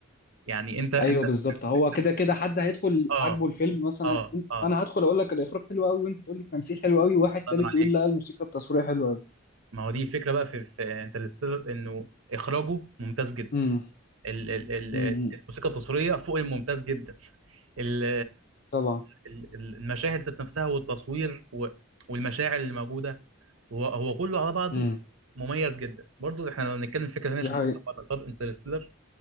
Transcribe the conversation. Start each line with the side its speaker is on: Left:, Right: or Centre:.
Right: يعني انت انت
Left: ايوه بالظبط هو
Right: انت
Left: كده كده حد هيدخل
Right: اه
Left: عاجبه الفيلم مثلا
Right: اه
Left: أنت-
Right: اه
Left: انا هدخل اقول لك الاخراج حلو قوي وانت تقول لي التمثيل حلو قوي وواحد تالت
Right: الله ينور
Left: يقول
Right: عليك
Left: لا الموسيقى التصويريه حلوه قوي
Right: ما هو دي الفكره بقى في, في انترستيلر انه اخراجه ممتاز جدا
Left: امم
Right: ال- ال- ال-
Left: امم
Right: الموسيقى التصويريه فوق الممتاز جدا ال-
Left: طبعا
Right: ال- المشاهد ذات نفسها والتصوير و- والمشاعر اللي موجوده هو هو كله على بعضه
Left: امم
Right: مميز جدا برضو احنا لو نتكلم في فكره ثانيه
Left: دي
Right: عشان
Left: حقيقة
Right: نقدر انترستيلر